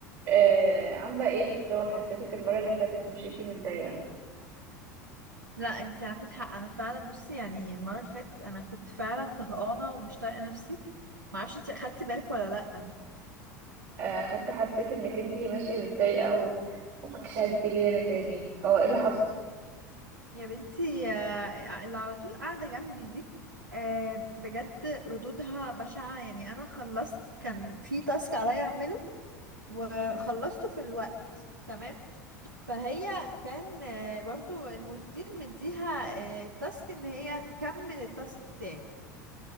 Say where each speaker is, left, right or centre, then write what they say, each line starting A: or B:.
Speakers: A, on the right (about 60°); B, on the right (about 85°).
A: آه، عاملة ايه في الشغل حسيتك المرة اللي فاتت مشيتي متضايقة
B: لا انت عندك حق انا فعلا بصي يعني المره اللي فاتت انا كنت فعلا طهقانه ومش طايقه نفسي ما اعرفش انت اخدتي بالك ولا لا
A: آه، خدت حسيت انك انتي ماشية متضايقة و... ومكنتيش عايزة تيجي هنا تاني هو ايه اللي حصل
B: يا بنتي آه، اللي على طول قاعده جنبي دي آه، بجد ردودها بشعه يعني انا خلصت كان في تاسك عليا اعمله وخلصته
A: م.
B: في الوقت تمام فهي كان آه، برضو المدير مديها آه، التاسك ان هي تكمل التاسك بتاعي